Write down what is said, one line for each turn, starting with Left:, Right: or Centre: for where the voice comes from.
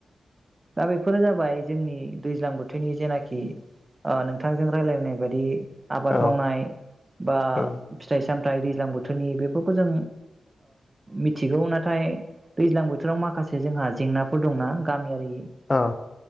Right: दा बेफोरो जाबाय जोंनि दैज्लां बोथोरनि जेनाखि नोंथांजों रायलायनाय बायदि आबाद
Left: औ
Right: मावनाय बा
Left: उम
Right: फिथाइ साथाइ दैजां बोथोरनि बेफोरखौ जों मिथिगौ नाथाय दैज्लां बोथोराव माखासे जोंहा जेंना फोर दंना गामियारि
Left: औ